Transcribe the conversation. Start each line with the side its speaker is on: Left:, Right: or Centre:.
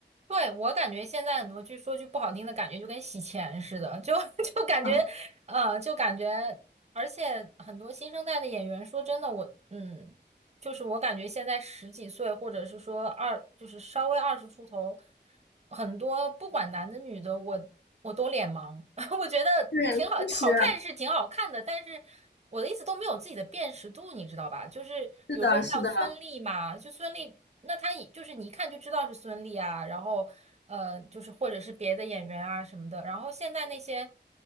Right: 对，我感觉现在很多剧，就说句不好听的，感觉就跟洗钱似的，就 <laughs> 就感觉，
Left: 嗯，
Right: 呃，就感觉，而且很多新生代的演员，说真的，我，嗯，就是我感觉现在十几岁，或者是说二，就是稍微二十出头，很多不管男的女的，我我都脸盲。<laughs> 我觉得挺好，
Left: 对，确实
Right: 好看是挺好看的，但是我的意思都没有自己的辨识度，你知道吧？就是比如说像孙俪嘛，
Left: 是的，是的。
Right: 就孙俪，那她一就是你一看就知道是孙俪啊，然后呃，就是或者是别的演员啊什么的，然后现在那些。